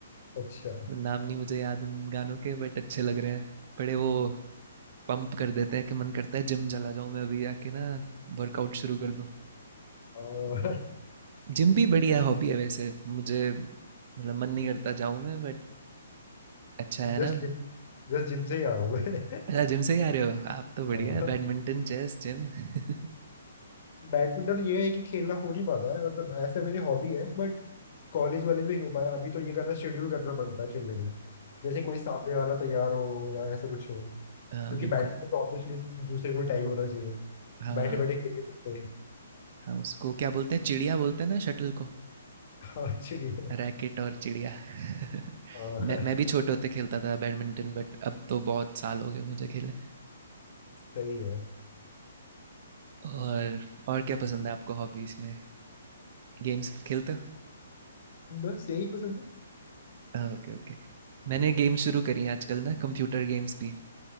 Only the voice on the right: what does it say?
नाम नहीं मुझे याद उन गानों के बट अच्छे लग रहे हैं बड़े वो पंप कर देते हैं कि मन करता है जिम चला जाऊँ मैं अभी आके ना वर्कआउट शुरू कर दूँ
<laughs> जिम भी बढ़िया हॉबी है वैसे मुझे मतलब मन नहीं करता जाऊँ मैं बट अच्छा है
ना
अच्छा जिम से ही आ रहे हो आप तो बढ़िया
है बैडमिंटन चेस जिम <laughs>
हाँ
बिल्कुल
हाँ
हाँ उसको क्या बोलते हैं चिड़िया बोलते हैं ना शटल को
रैकेट और चिड़िया <laughs>
मैं मैं भी छोटे होते खेलता था बैडमिंटन बट अब तो बहुत साल हो गए मुझे खेले
और और क्या पसंद है आपको हॉबीज़ में गेम्स खेलते
हो ओके ओके मैंने गेम्स शुरू करी हैं आजकल ना कंप्यूटर गेम्स भी